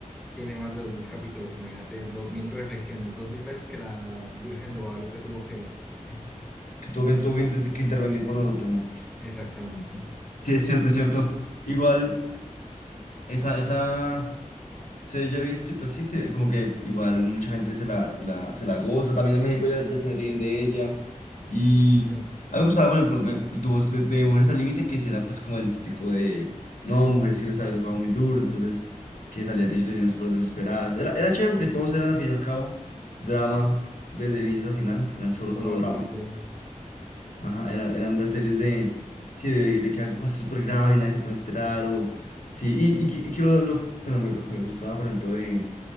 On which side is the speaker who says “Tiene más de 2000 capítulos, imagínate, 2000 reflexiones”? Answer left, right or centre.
Centre